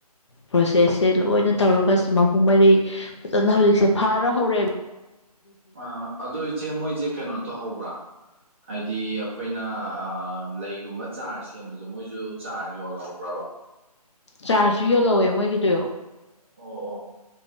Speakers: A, on the left; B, on the right.
A: ꯄ꯭ꯔꯣꯁꯦꯁꯁꯦ ꯂꯣꯏꯅ ꯇꯧꯔꯒ ꯃꯄꯨꯡ ꯃꯔꯤ ꯐꯖꯅ ꯍꯧꯖꯤꯛꯁꯦ ꯐꯥꯔ ꯍꯧꯔꯦꯕ
B: ꯑ ꯑꯗꯨꯏꯁꯦ ꯃꯣꯏꯁꯦ ꯀꯩꯅꯣ ꯇꯧꯍꯧꯕ꯭ꯔꯥ ꯍꯥꯏꯗꯤ ꯑꯩꯈꯣꯏꯅ ꯂꯩꯒꯨꯝꯕ ꯆꯥꯔ ꯁꯦꯝꯕꯗꯣ ꯃꯣꯏꯁꯨ ꯆꯥꯔ ꯌꯣꯜꯍꯧꯕ꯭ꯔꯕ
A: ꯆꯥꯔꯖꯁꯨ ꯌꯣꯜꯍꯧꯋꯦ ꯃꯣꯏꯒꯤꯗꫭ
B: ꯑꯣ ꯑꯣ